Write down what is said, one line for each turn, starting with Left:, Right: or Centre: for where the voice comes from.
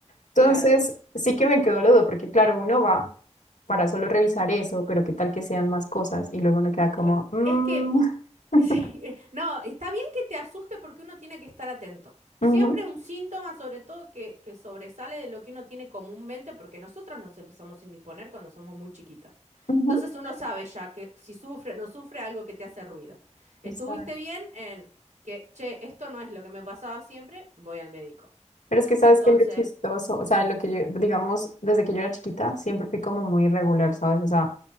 Left: Entonces,
Right: Claro,
Left: sí que me quedó la duda, porque claro, uno va para solo revisar eso, pero qué tal que sean más cosas y luego uno queda como,
Right: claro.
Left: "Mm,
Right: Es que
Left: <laughs>
Right: Sí, <laughs> no, está bien que te asuste porque uno tiene que estar atento. Siempre
Left: ujú,
Right: un síntoma, sobre todo, que, que sobresale de lo que uno tiene comúnmente, porque nosotros nos empezamos a indisponer cuando somos muy chiquitas.
Left: ujú",
Right: Entonces uno sabe ya que si sufre o no sufre algo que te hace ruido. Estuviste
Left: o
Right: bien en que, che, esto no es lo que me pasaba siempre, voy al médico.
Left: Pero es que sabes
Right: Entonces,
Left: que lo chistoso, o sea, lo que yo, digamos, desde que yo era chiquita, siempre fui como muy irregular, ¿sabes? O sea,